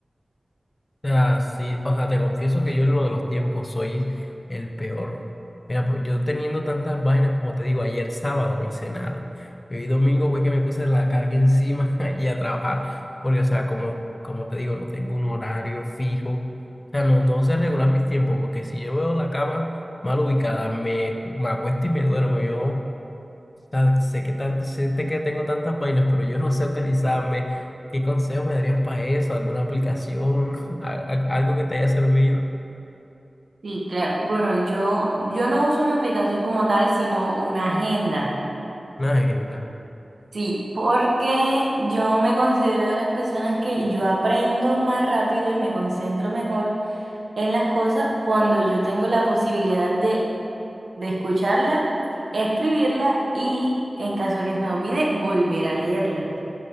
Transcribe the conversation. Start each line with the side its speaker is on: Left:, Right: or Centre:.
Left: O sea, sí, o sea, te confieso que yo en lo de los tiempos soy el peor. Mira, pues yo teniendo tantas vainas, como te digo, ayer sábado no hice nada. Y hoy domingo fue que me puse la carga encima <laughs> y a trabajar. Porque, o sea, como, como te digo, no tengo un horario fijo. O sea, no, no sé regular mis tiempos, porque si yo veo la cama mal ubicada, me, cu- me acuesto y me duermo. Yo. tan- sé que, tan- sé te- que tengo tantas vainas, pero yo no sé organizarme. ¿Qué consejo me darías para eso? ¿Alguna aplicación? <laughs> Al- al- ¿Algo que te haya servido?
Right: Sí, claro. Bueno, yo, yo no uso una aplicación como tal, sino una agenda.
Left: Una agenda.
Right: Sí, porque yo me considero de las personas que yo aprendo más rápido y me concentro mejor en las cosas cuando yo tengo la posibilidad de, de escucharla, escribirla y, en caso de que se me olvide, volver a leerla.